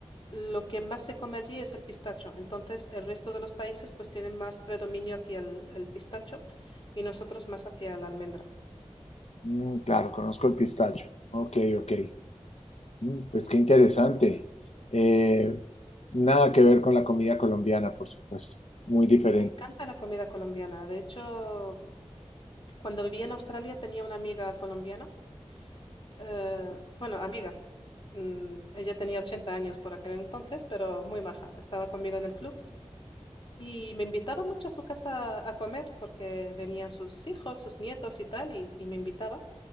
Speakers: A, on the left; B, on the left.
A: lo que más se come allí es el pistacho. Entonces, el resto de los países pues tienen más predominio hacia el, el pistacho y nosotros más hacia la almendra.
B: Mm, claro, conozco el pistacho. Ok, ok. Mm, pues qué interesante. Eh, nada que ver con la comida colombiana, por supuesto. Muy diferente.
A: Me encanta la comida colombiana. De hecho, cuando vivía en Australia tenía una amiga colombiana. eh, bueno, amiga. Mm, ella tenía 80 años por aquel entonces, pero muy maja. Estaba conmigo en el club Y me invitaba mucho a su casa a comer porque venían sus hijos, sus nietos y tal, y, y me invitaba.